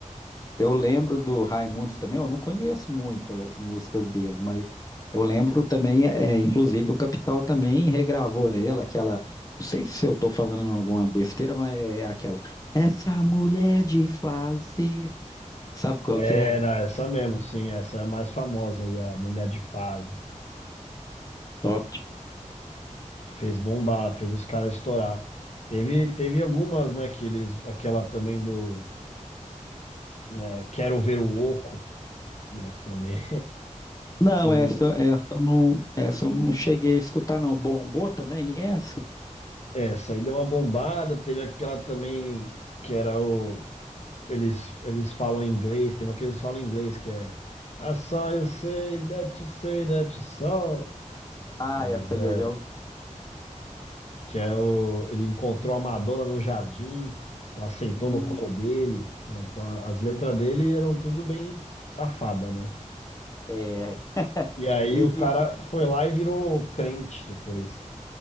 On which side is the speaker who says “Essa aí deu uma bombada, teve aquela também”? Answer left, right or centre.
Left